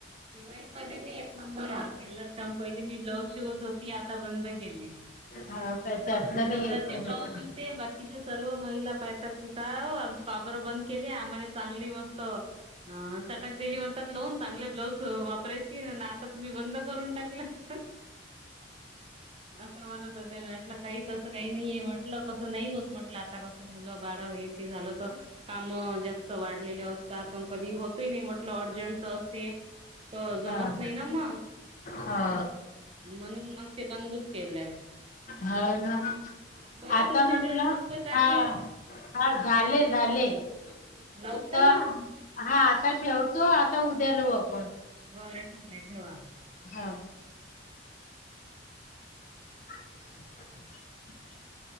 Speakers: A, on the right (about 30°); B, on the left (about 45°).
A: शिवाई मध्ये मी एक नंबर <unintelligible> पहिली मी ब्लाउज शिवत होते. ती आता बंद केली...
B: हो काय त्यातलं
A: स्वतःचे
B: नाही येत नाही
A: ब्लाउज शिव ते बाकीच्या सर्व महिला <unintelligible> का बरं बंद केली आम्हाला चांगली मस्त हं... चटक दिली म्हणतात लावून... चांगले ब्लाऊज वापरायची <unintelligible> आता तुम्ही बंद करून टाकलं असं म्हणत होते म्हंटलं... ताई तसं काई नाहीए... म्हंटलं तसं नाई होत म्हटलं आता <unintelligible> आता मुलं बाळ हेती झालं तर कामं जास्त वाढलेले असतात... अन कधी होत ही नाई म्हटलं अर्जंट ते. तर जमत
B: हा
A: नाही ना मग..
B: हा
A: म्हणून मग ते बंदच केलंय.
B: हो ना?
A: बरं
B: आता
A: तुमची
B: म्हटलं
A: मिनिट संपत आली.
B: हा. हा झाले झाले तर
A: लावू का मग?
B: हा आता ठेव. सो आता उद्या लाऊ आपण.
A: बरं ठीक आहे ठेवा.
B: हा. <inaudible>